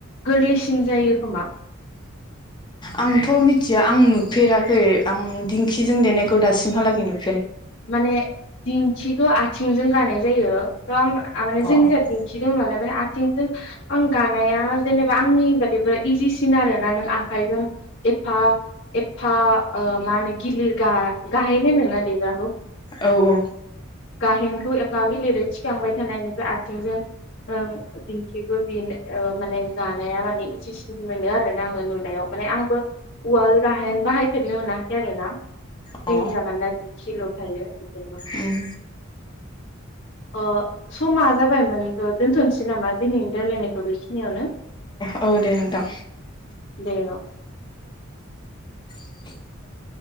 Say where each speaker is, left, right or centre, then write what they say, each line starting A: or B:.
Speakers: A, on the left; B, on the left.
A: गोरलैसिन जायो खोमा ।
B: आंथ' मिथिया आं नुफेराखै आं दिंखिजों देनायखौ दासिमहालागै नुदों ।
A: माने दिंखिखौ आथिं थिंजों गानाय जायो । आं माने
B: अ औ
A: जोंनिजा दिंखि दं नालाय । ओमफ्राय आथिंजों आं गानाया जेनेबा आंनि बादिबा इजिसिन आरोना नों आखाइजों एफा एफा ओ मा होनो गिलिर गाहेन होनोना देग्राखौ?
B: औ औ
A: गाहेनखौ एफा गिलिरै थिखांबाय थानायनिफ्राय आथिंजों दिंखिखौ बेनो माने गानाया माने इजिसिन मोनो आरोना आङो नुनायाव माने आंबो उवाल गाहेन बाहायफेरनो मोनाखै आरोना ।
B: अ
A: जोंनिजा मानोना खिल' थायो ।
B: उम
A: अ समा जाबायमोनथ' दोनथ'नोसै नामा? दिनैनि रायलायनायखौ बेखिनियावनो
B: औ दे नोंथां
A: दे औ ।
B: <inaudible>